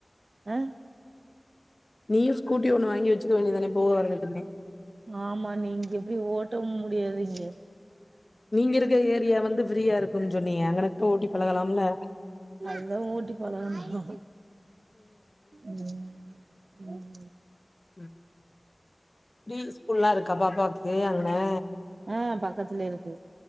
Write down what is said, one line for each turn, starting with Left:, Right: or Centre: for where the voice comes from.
Right: ஆ
Left: நீயு ஸ்கூட்டி ஒண்ணு வாங்கி வெச்சுக்க வேண்டிதானே போக வரதுக்குன்னே
Right: ஆமா நீங்க எப்டி ஓட்ட முடியாது இங்கே
Left: நீங்க இருக்க ஏரியா வந்து ஃப்ரீயா இருக்குன்னு சொன்னீயே அங்கனக்குள்ள ஓட்டி பழகலாம்ல
Right: அதுதான் ஓட்டி பழகனு ம் ம்
Left: ம் ஃப்ரீ ஸ்கூல்ல்லா இருக்கா பாப்பாக்கு அங்கன
Right: ஆ பக்கத்துல இருக்கு